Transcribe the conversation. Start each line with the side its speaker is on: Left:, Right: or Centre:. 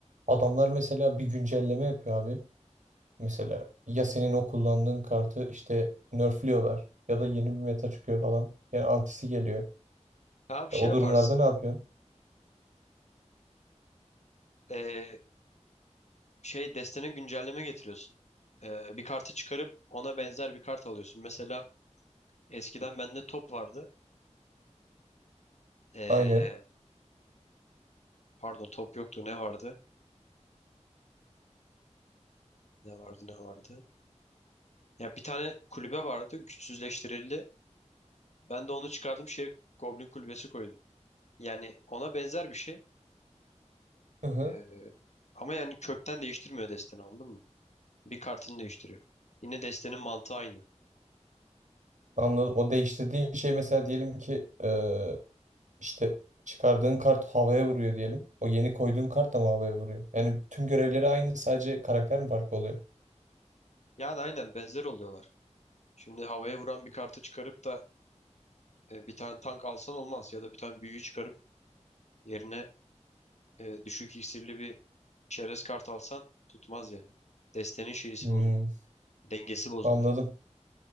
Right: Adamlar mesela bir güncelleme yapıyor abi. Mesela ya senin o kullandığın kartı işte nerfliyorlar ya da yeni bir meta çıkıyor falan. Yani antisi geliyor.
Left: Abi şey
Right: E, o
Left: yaparsın.
Right: durumlarda ne yapıyorsun?
Left: Ee, şey destene güncelleme getiriyorsun. Ee, bir kartı çıkarıp ona benzer bir kart alıyorsun. Mesela eskiden bende top vardı. Ee,
Right: Aynen.
Left: pardon top yoktu ne vardı? Ne vardı ne vardı. Ya bir tane kulübe vardı güçsüzleştirildi. Ben de onu çıkardım şey Goblin kulübesi koydum. Yani ona benzer bir şey.
Right: Hı hı.
Left: Ee, ama yani kökten değiştirmiyor desteni anladın mı? Bir kartını değiştiriyor. Yine destenin mantığı aynı.
Right: Anladım. O değiştirdiğin şey mesela diyelim ki eee, işte çıkardığın kart havaya vuruyor diyelim. O yeni koyduğun kart da mı havaya vuruyor? Yani tüm görevleri aynı sadece karakter mi farklı oluyor?
Left: Yani aynen benzer oluyorlar. Şimdi havaya vuran bir kartı çıkarıp da e, bir tane tank alsan olmaz. Ya da bir tane büyüyü çıkarıp yerine e, düşük iksirli bir çerez kart alsan tutmaz yani. Destenin şeysi
Right: Hmm,
Left: bozulur. Dengesi bozulur.
Right: anladım.